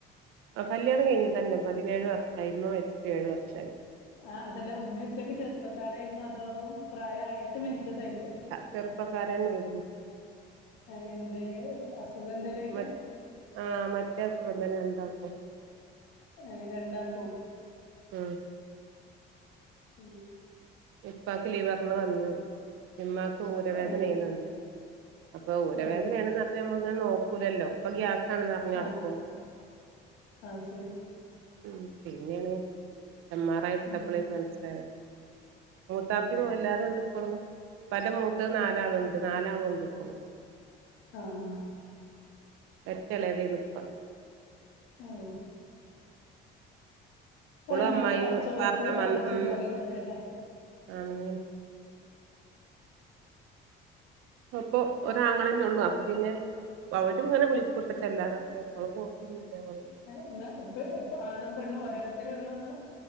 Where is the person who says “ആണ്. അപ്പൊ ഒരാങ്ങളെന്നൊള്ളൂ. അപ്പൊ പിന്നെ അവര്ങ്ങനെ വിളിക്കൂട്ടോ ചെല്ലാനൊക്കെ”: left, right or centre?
Right